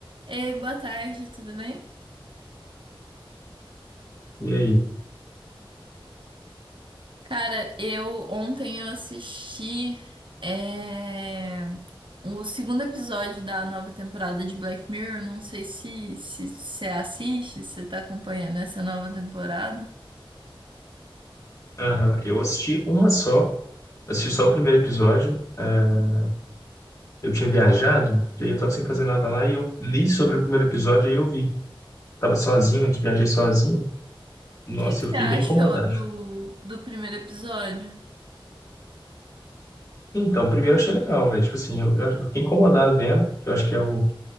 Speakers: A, on the right; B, on the left.
A: Ei, boa tarde, tudo bem?
B: E aí?
A: Cara, eu ontem eu assisti é, o segundo episódio da nova temporada de Black Mirror. Não sei se se você assiste, se você tá acompanhando essa nova temporada.
B: Aham, Eu assisti uma só, assisti só o primeiro episódio. eh, eu tinha viajado, e aí eu tava sem fazer nada lá, e eu li sobre o primeiro episódio, aí eu vi. Tava sozinho, que viajei sozinho.
A: O
B: Nossa,
A: que que
B: eu
A: você
B: fiquei
A: achou
B: bem incomodado.
A: do, do primeiro episódio?
B: Então, o primeiro eu achei legal, velho. Tipo assim, eu, eu eu fiquei incomodado vendo, que eu acho que é o,